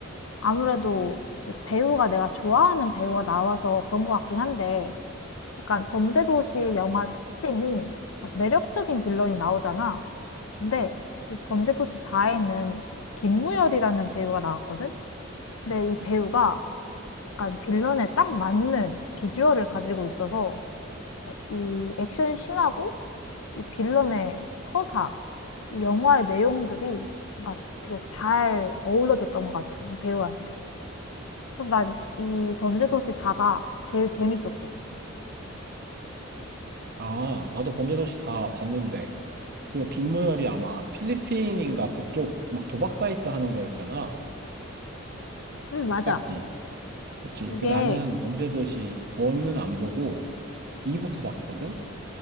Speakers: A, on the left; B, on the right.
A: 아무래도 이제 배우가 내가 좋아하는 배우가 나와서 그런 것 같긴 한데, 약간 범죄도시 영화 특징이 약간 매력적인 빌런이 나오잖아. 근데 이 범죄도시 4에는 김무열이라는 배우가 나왔거든? 근데 이 배우가 약간 빌런에 딱 맞는 비주얼을 가지고 있어서 이 액션 씬하고 이 빌런의 서사, 이 영화의 내용들이 막 되게 잘 어우러졌던 것 같아, 이 배우한테. 그래서 난 이 범죄도시 4가 제일 재밌었어.
B: 아, 나도 범죄도시 다 봤는데. 이거 김무열이 아마 필리핀인가 그쪽 막 도박 사이트 하는 거였잖아.
A: 응, 맞아.
B: 맞지? 그치.
A: 이게,
B: 그 나는 범죄도시 1은 안 보고 2부터 봤거든?